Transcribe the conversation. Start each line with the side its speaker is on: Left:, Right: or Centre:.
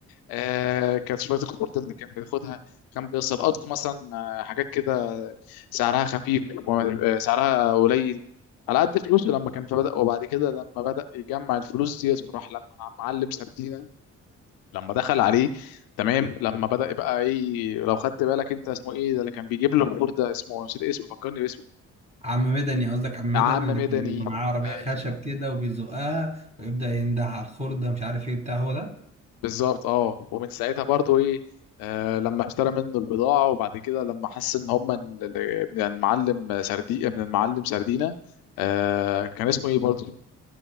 Left: آه كانت شويه الخطوط اللي كان بياخدها كان بيسقط مثلا آه، حاجات كده سعرها خفيف آه، سعرها قليل على قد فلوسه لما كان فبدأ وبعد كده لما بدأ يجمع الفلوس دي راح لما معلم سردينة لما دخل عليه تمام لما بدأ يبقى ايه لو خدت بالك انت اسمه ايه ده اللي كان بيجيب له الخور ده اسمه نسيت اسمه فكرني باسمه
Right: عم مدني قصدك عم مدني
Left: عم مدني
Right: اللي كان بيبقى معاه عربيه
Left: ايوه
Right: خشب كده وبيزقها ويبدا ينده على الخرده مش عارف ايه بتاع هو ده
Left: بالظبط اه ومن ساعتها برضو ايه آه لما اشترى منه البضاعة وبعد كده لما حس ان هم ال- ال- من المعلم سردي من المعلم سردينة آه كان اسمه ايه برضو